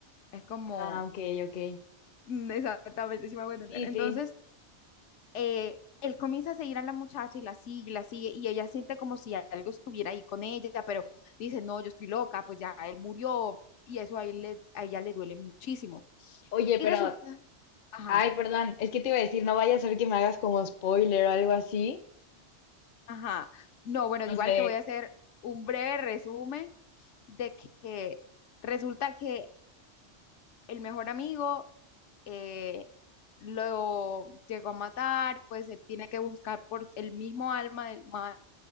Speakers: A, on the left (about 80°); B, on the left (about 55°).
A: es como
B: Ah, ok, ok.
A: <laughs> mm, exactamente si me hago entender.
B: Sí,
A: Entonces
B: sí.
A: eh, él comienza a seguir a la muchacha y la sigue, y la sigue, y ella siente como si algo estuviera ahí con ella, pero dice, no, yo estoy loca, pues ya él murió, y eso a, él le- a ella le duele muchísimo.
B: Oye,
A: Y
B: pero
A: resulta, ajá,
B: Ay, perdón, es que te iba a decir, no vaya a ser que me hagas como spoiler o algo así.
A: ajá, no, bueno,
B: No
A: igual
B: sé.
A: te voy a hacer un breve resumen de que resulta que el mejor amigo eh, lo llegó a matar, pues él tiene que buscar por el mismo alma del mal